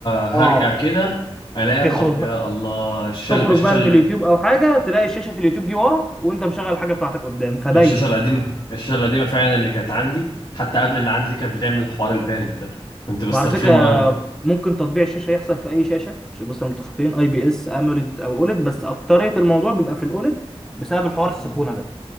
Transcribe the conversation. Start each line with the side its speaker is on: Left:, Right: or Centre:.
Left: هرجع
Centre: اه
Left: كده الاقيها
Centre: تخرج
Left: طب يا
Centre: بقى
Left: الله الشل-
Centre: تخرج
Left: الشاشه
Centre: بقى من
Left: ال-
Centre: اليوتيوب او حاجه تلاقي شاشه اليوتيوب دي ورا وانت مشغل الحاجه بتاعتك قدام فباينه
Left: الشاشه القديمه الشاشه القديمه فعلا اللي كانت عندي حتى قبل اللي عندي دي كانت بتعمل الحوار البارد ده كنت بسترخمه
Centre: وعلى فكره
Left: قوي
Centre: ممكن تطبيع الشاشه يحصل في اي شاشه عشان مثلا متفقين اي بي اس اموليد او اوليد بس اكتريه الموضوع بيبقى في الاوليد بسبب الحوار السخونه
Left: مم.
Centre: ده